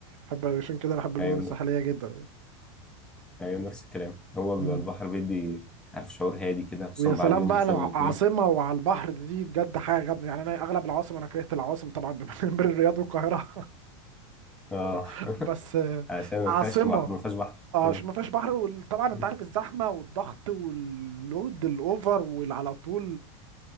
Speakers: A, on the right (about 80°); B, in the centre.
A: بحب عشان كده بحب المدن
B: ايوه
A: الساحلية جدا
B: ايوه نفس الكلام هو
A: مم.
B: بيبقى البحر بيدي عارف شعور هادي كده خصوصا
A: ويا سلام
B: بعد يوم
A: بقى
B: شغل
A: لو عاصمة
B: طويل
A: وعلى البحر دي بجد حاجة جامدة يعني أنا أغلب العواصم أنا كرهت العواصم طبعا <laughs> بين الرياض والقاهرة
B: اه
A: <laughs>
B: <laughs>
A: بس آه،
B: عشان ما
A: عاصمة
B: فيهاش ما فيهاش بحر
A: اه
B: مم.
A: عشان ما فيهاش بحر وطبعا انت
B: مم.
A: عارف الزحمه والضغط واللود الاوفر واللي على طول